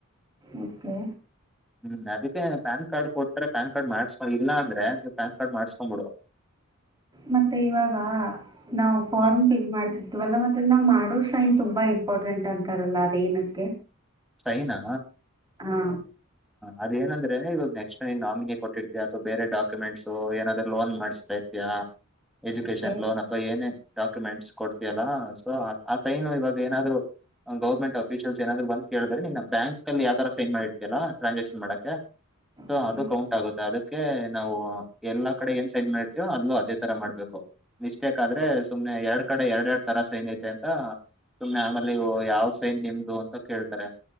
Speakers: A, on the right; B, in the centre.
A: ಓಕೆ
B: ಹ್ಮ್ ಅದಕ್ಕೆ ಪ್ಯಾನ್ ಕಾರ್ಡ್ ಕೊಡ್ತರೆ ಪ್ಯಾನ್ ಕಾರ್ಡ್ ಮಾಡ್ಸ್ಕ ಇಲ್ಲ ಅಂದ್ರೆ ಪ್ಯಾನ್ ಕಾರ್ಡ್ ಮಾಡ್ಸ್ಕೊಬಿಡು
A: ಮತ್ತೆ ಇವಾಗ ನಾವು ಫಾರ್ಮ್
B: ಹ
A: ಫಿಲ್ ಮಾಡ್ತಿರ್ತವಲ್ಲ ಮತ್ತೆ ನಾವ್ ಮಾಡ್ ಸೈನ್ ತುಂಬಾ ಇಂಪಾರ್ಟೆಂಟ್ ಅಂತಾರಲ್ಲ ಅದ ಏನಕ್ಕೆ
B: ಸೈನಾ
A: ಹಾ
B: ಅದೇಏನಂದ್ರೆವಾಗ ನೆಕ್ಸ್ಟ್ಟ ನಾಮಿನಿಬಗೆ ಅಥವಾ ಬೇರೆಡಾಕ್ಯುಮೆಂಟ್ಸ ಏನಾದ್ರ ಲೋನ್ ಮಾಡ್ಸ ಸತ್ಯ ಎಜುಕೇಶನ್
A: ಓಕೆ
B: ಲೋನ್ ಅಥವಾ ಏನೇ ಕಮೆಂಟ್ಸ್ ಕೊಡ್ತಿಯಲ್ಲಾ ಸೊ ಆ ಸೈನು ಇವಾಗ ಏನಾದ್ರು ಗೌರಮೆಂರ್ಟ್ಸ ಆಫಿಸಿಯಲ್ಸ್ಏನಾದ್ರು ಬಂದ ಕೇಳಿದ್ರೆ ನೀನ್ ಬ್ಯಾಂಕ್ ಅಲ್ಲಿ ಯಾವ ತರ ಸೈನ್ ಮಾಡಿರ್ತೀಯಲ್ಲ ಟ್ರಾನ್ಸಾಕ್ಷನ್ ಮಾಡಕ್ಕೆ ಸೊ
A: ಓಕೆ
B: ಅದು ಕೌಂಟ್ ಆಗುತ್ತೆ ಅದಕ್ಕೆ ಓಕೆ ನಾವು ಎಲ್ಲಾ ಕಡೆ ಏನ್ ಸೈನ್ ಮಾಡಿರ್ತೀವೋ ಅಲ್ಲೂ ಅದೇ ತರ ಮಾಡ್ಬೇಕು ಮಿಸ್ಟೇಕ್ ಆದ್ರೆ ಸುಮ್ನೆ ಎರಡ್ ಕಡೆ ಎರಡ್ ಎರಡ್ ತರ ಸೈನ್ ಐತೆ ಅಂತ ಸುಮ್ಮನೆ ಆಮೇಲೆ ಯಾವ ಸೈನನಿಮ್ದು ಅಂತ ಕೇಳ್ ಸ <unintelligible>